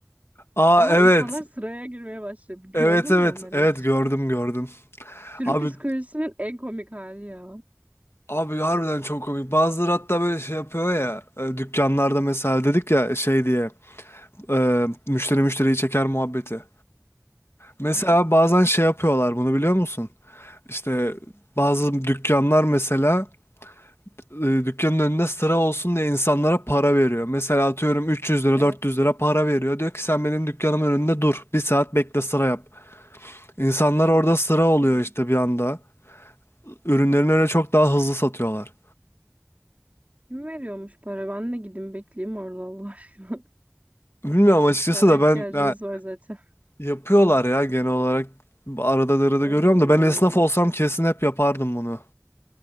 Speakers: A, on the left; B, on the right.
A: Aa
B: Ama
A: evet.
B: insanlar sıraya girmeye başlıyor. Gördün
A: Evet evet.
B: mü onları
A: Evet
B: hiç?
A: gördüm gördüm.
B: Sürü
A: Abi
B: psikolojisinin en komik hali ya.
A: abi harbiden çok komik. Bazıları hatta böyle şey yapıyor ya. e, Dükkanlarda mesela dedik ya şey diye. e, müşteri müşteriyi çeker muhabbeti. Mesela
B: Evet,
A: bazen şey yapıyorlar bunu biliyor musun? İşte bazı dükkanlar mesela e, dükkanın önünde sıra olsun diye insanlara para veriyor. Mesela atıyorum 300 lira
B: evet.
A: 400 lira para veriyor. Diyor ki sen benim dükkanımın önünde dur. Bir saat bekle sıra yap. İnsanlar orada sıra oluyor
B: Ay,
A: işte bir anda. Ürünlerini öyle çok daha hızlı satıyorlar.
B: Kim veriyormuş para? Ben de gideyim bekleyeyim orada Allah aşkına.
A: Bilmiyorum
B: <laughs>
A: açıkçası
B: Para
A: da
B: ihtiyacımız
A: ben ya,
B: var zaten.
A: yapıyorlar ya genel olarak. Arada arada
B: Allah
A: görüyorum da
B: Allah.
A: ben esnaf olsam kesin hep yapardım bunu.